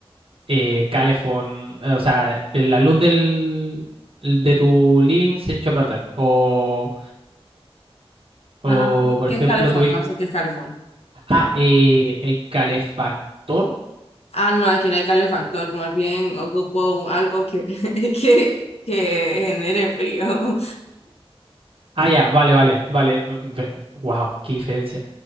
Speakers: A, on the right; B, on the left.
A: eh, calefón, eh, o sea, la luz del, de tu living se echó a perder, o, o
B: Ajá.
A: por
B: ¿Qué
A: ejemplo
B: es calefón?
A: tuviste,
B: No sé qué es calefón.
A: ah, eh, el calefactor,
B: Ah, no, aquí no hay calefactor, más bien ocupo un- algo que, <laughs> que, que genere frío.
A: ah, ya, vale, vale, vale, wow, qué diferencia,